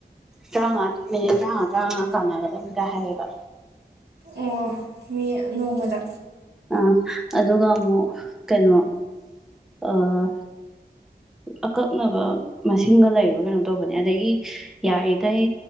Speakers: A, in the centre; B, on the right (about 85°).
A: ꯇꯔꯥꯃꯉꯥ ꯃꯤꯅꯤꯠ ꯇꯔꯥꯃꯉꯥ ꯇꯔꯥꯃꯉꯥ ꯀꯥꯟꯅꯒꯗꯅꯤꯗ ꯍꯥꯏꯌꯦꯕ
B: ꯑꯣ ꯃꯤ ꯅꯣꯡꯃꯗ
A: ꯑ ꯑꯗꯨꯒ ꯑꯃꯨꯛ ꯀꯩꯅꯣ ꯑꯥ ꯑꯀꯛꯅꯕ ꯃꯁꯤꯡꯒ ꯂꯩꯕ꯭ꯔꯥ ꯀꯩꯅꯣ ꯇꯧꯕꯅꯦ ꯑꯗꯒꯤ ꯌꯥꯔꯤꯈꯩ